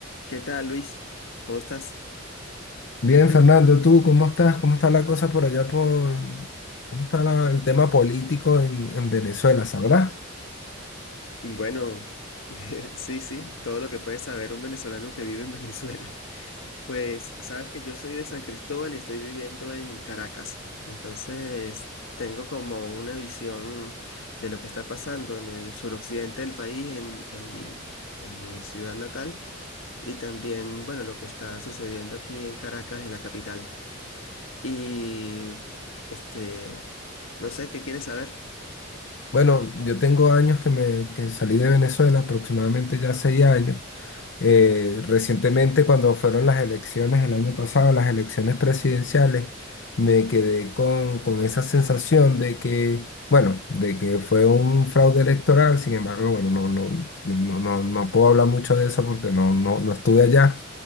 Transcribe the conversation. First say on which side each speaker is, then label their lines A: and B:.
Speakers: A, on the left; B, on the left.
A: ¿Qué tal, Luis? ¿Cómo estás?
B: Bien, Fernando, ¿tú cómo estás? ¿Cómo está la cosa por allá por... ¿Cómo está la- el tema político en, en Venezuela? ¿Sabrás?
A: Bueno, <laughs> sí, sí, todo lo que puede saber un venezolano que vive en <laughs> Venezuela. Pues sabes que yo soy de San Cristóbal y estoy viviendo en Caracas. Entonces, tengo como una visión de lo que está pasando en el suroccidente del país, en, en mi, en mi ciudad natal, y también, bueno, lo que está sucediendo aquí en Caracas, en la capital. Y, este, no sé, ¿qué quieres saber?
B: Bueno, yo tengo años que me que salí de Venezuela, aproximadamente ya seis años. Eh, recientemente, cuando fueron las elecciones el año pasado, las elecciones presidenciales, me quedé con, con esa sensación de que, bueno, de que fue un fraude electoral. Sin embargo, bueno, no, no, no, no, no no puedo hablar mucho de eso porque no, no, no estuve allá.